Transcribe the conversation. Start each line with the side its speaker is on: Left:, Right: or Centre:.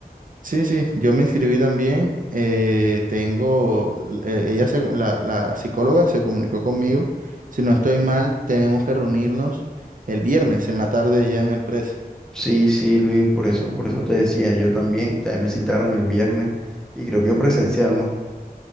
Right: Sí, sí, yo me inscribí también. eh, tengo, eh, ella se- la, la psicóloga se comunicó conmigo. Si no estoy mal, tenemos que reunirnos el viernes en la tarde allá en la empresa.
Centre: Sí, sí, Luis, por eso, por eso te decía, yo también, también me citaron el viernes y creo que presencial, ¿no?